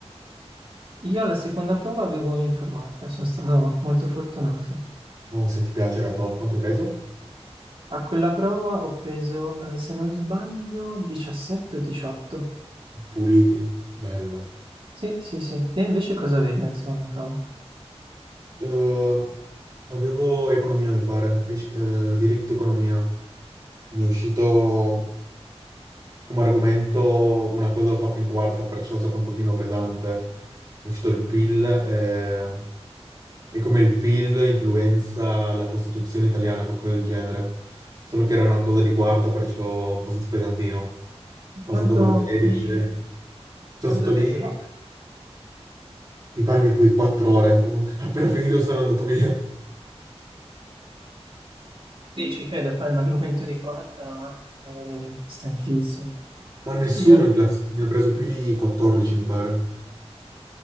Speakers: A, on the right; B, on the right.
A: io alla seconda prova avevo informatica, sono stato molto fortunato.
B: Buon, se ti piace era top. Quanto hai preso?
A: A quella prova ho preso, eh, se non sbaglio, 17 o 18.
B: Puliti. Bello.
A: Sì, sì, sì. Te invece cosa avevi alla seconda prova?
B: Eh, avevo economia, mi pare. Esc- eh, diritto economia. Mi è uscito come argomento una cosa l'ho fatta in quarta, perciò è stato un pochino pesante. È uscito il PIL eh, e come il PIL influenza la Costituzione italiana, qualcosa del genere. Solo che era una cosa di quarta, perciò un po' pesantino.
A: E
B: passato
A: quanto,
B: col 13. Sono
A: quanto
B: stato
A: ti
B: lì,
A: è durato?
B: mi pare che qui 4 ore. Ho- Appena finito sono andato via.
A: Sì, ci credo, poi è un argomento di quarta, eh, stanchissimo.
B: Ma nessuno
A: Io
B: in classe mi ha preso più di 14, mi pare.